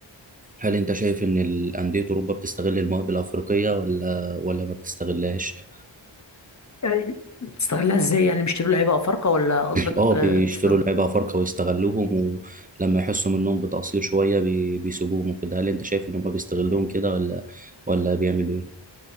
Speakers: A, on the right; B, on the left.
A: هل أنت شايف إن الأندية أوروبا بتستغل المواهب الأفريقية ولا ولا ما بتستغلهاش؟
B: يعني بتستغلها ازاي يعني بيشتروا لعيبة افارقة ولا قصدك
A: اه بيشتروا
B: آه، بس
A: لعيبة أفارقة ويستغلوهم ولما يحسوا منهم بتقصير شوية بي- بيسيبوهم وكده هل أنت شايف إن هما بيستغلوهم كده ولا ولا بيعملوا إيه؟